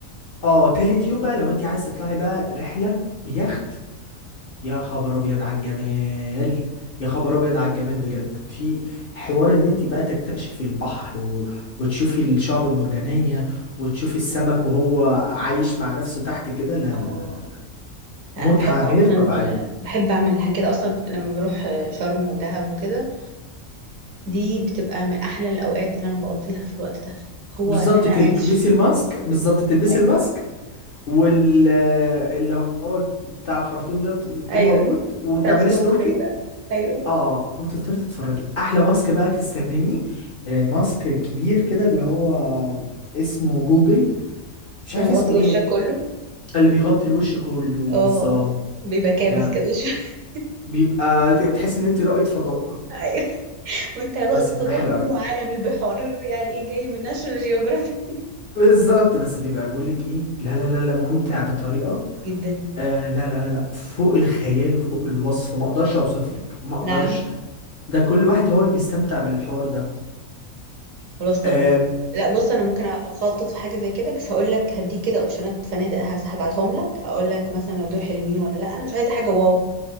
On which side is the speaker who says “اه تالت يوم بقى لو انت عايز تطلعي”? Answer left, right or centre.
Left